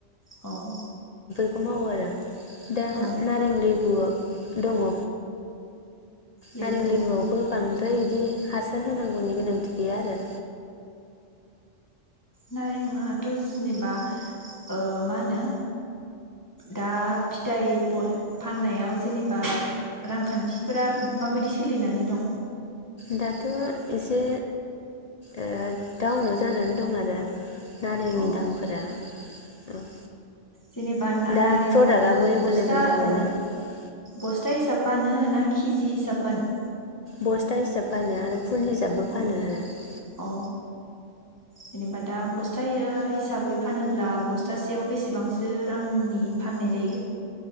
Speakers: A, on the left; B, on the left.
A: औ
B: खौ मावो आरो दा
A: औ
B: नारें लेबुआ दङ
A: लेबु
B: नारें लेबुआवबो बां द्राय इदि हासार होनांगौनि गोनांथि गैया आरो
A: नारेंआथ' जेनेबा ओ मा होनो दा फिथाइ <unintelligible> फाननायाव जेनेबा रांखान्थिफोरा माबायदि सोलिनानै दं
B: दाथ' एसे ओ डाउनाव जानानै दं आरो नारेंनि
A: अ
B: दामफोरा औ
A: जेनेबा
B: दा
A: नारेंखौ
B: प्रडाक्टआबो एभेलेबेल
A: बस्था
B: जाबाय
A: औ
B: नालाय
A: बस्था हिसाब फानो ना खिजि हिसाब फानो
B: बस्था हिसाब फानो आरो फुल हिसाबबो फानो
A: अ
B: आरो
A: औ जेनेबा दा ब स्थायै हिसाबै फानोब्ला बस्थासेयाव बेसेबांसो रांनि फाननाय जायो?